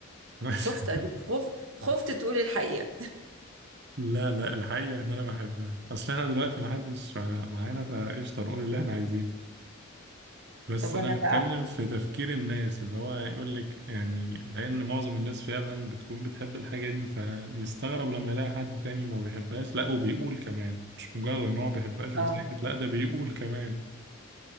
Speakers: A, on the right; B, on the right.
A: <laughs>
B: شفت اديك خفت خفت تقول الحقيقة
A: لا لا الحقيقة إن أنا بحبها أصل إحنا دلوقتي محدش مع- معانا فقشطة نقول اللي إحنا عايزينه بس
B: طب انا
A: أنا
B: بقى
A: بتكلم في تفكير الناس اللي هو يقول لك يعني لأن معظم الناس فعلا بتكون بتحب الحاجة دي فيستغرب لما يلاقي حد تاني ما بيحبهاش لا وبيقول كمان مش مجرد إن هو ما بيحبهاش
B: اه
A: وساكت لا ده بيقول كمان